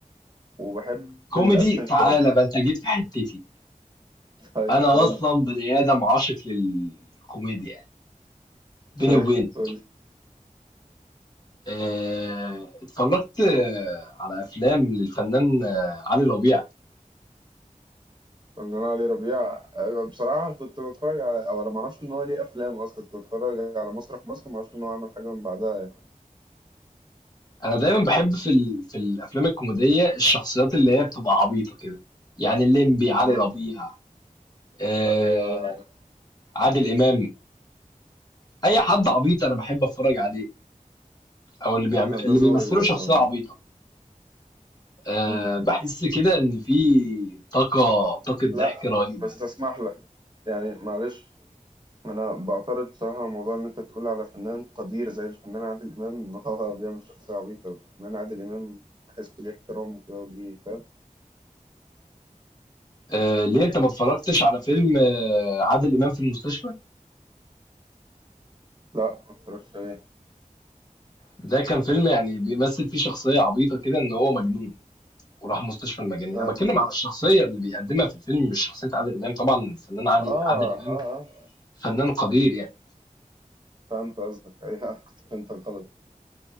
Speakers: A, on the right (about 35°); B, on the left (about 30°).
A: وبحب
B: كوميدي
A: الاكشن شوية
B: تعالى بقى انت جيت في حتتي
A: <laughs> طيب
B: انا
A: قول
B: اصلا بني ادم عاشق للكوميديا بيني
A: طيب
B: وبينك
A: قول
B: آه اتفرجت آه على افلام للفنان آه علي ربيع
A: فنان علي ربيع أه، بصراحة كنت بتفرج على أو أنا معرفش إن هو ليه أفلام أصلا كنت بتفرج على مسرح مصر معرفش إن هو عمل حاجة من بعدها يعني
B: انا دايما بحب في ال... في الافلام الكوميديه الشخصيات اللي هي بتبقى عبيطه كده يعني الليمبي علي
A: آه،
B: ربيع آه...
A: أيوه
B: عادل امام اي حد عبيط انا بحب اتفرج عليه او اللي بيعمل
A: آه،
B: اللي
A: ده
B: بيمثلوا
A: ذوقي برضه
B: شخصيه
A: عامة.
B: عبيطه آه...
A: مم.
B: بحس كده ان في طاقه طاقه ضحك
A: لا
B: رهيبه
A: بس تسمح لك يعني معلش أنا بعترض بصراحة على موضوع إن أنت تقول على فنان قدير زي الفنان عادل إمام إن هو <laughs> بيعمل شخصية عبيطة الفنان عادل إمام بحسه ليه احترام وكده وليه فاهم
B: آه... ليه انت ما اتفرجتش على فيلم آه... عادل امام في المستشفى
A: لا ما اتفرجش عليه
B: ده كان فيلم يعني بيمثل فيه شخصيه عبيطه كده ان هو مجنون وراح مستشفى المجانين
A: آه
B: انا بتكلم على الشخصيه اللي بيقدمها في الفيلم مش شخصيه عادل امام طبعا الفنان علي
A: آه
B: عادل امام
A: آه آه
B: فنان قدير يعني
A: فهمت قصدك أيوه <laughs> كنت فهمتك غلط